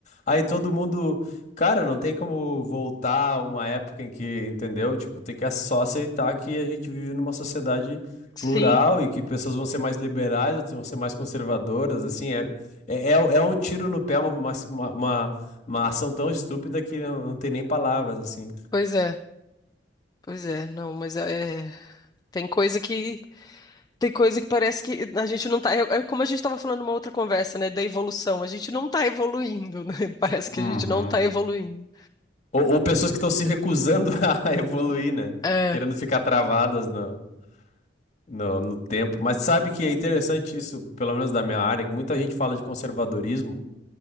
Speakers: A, on the left; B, on the left.
A: aí todo mundo, cara, não tem como voltar a uma época em que, entendeu? Tipo, tem que só aceitar que a gente vive numa sociedade
B: sim,
A: plural e que pessoas vão ser mais liberais, outras vão ser mais conservadoras, assim, é é, é, é um tiro no pé, uma, uma, uma, uma ação tão estúpida que não, não tem nem palavras, assim.
B: pois é, pois é, não, mas é, tem coisa que Tem coisa que parece que a gente não tá. É é como a gente estava falando numa outra conversa, né? Da evolução. A gente não tá evoluindo, né? <laughs> Parece
A: Uhum.
B: que a gente não tá evoluindo.
A: Ou, ou pessoas que estão se recusando <laughs> a evoluir, né?
B: É.
A: Querendo ficar travadas no, no, no tempo. Mas sabe que é interessante isso, pelo menos da minha área, que muita gente fala de conservadorismo.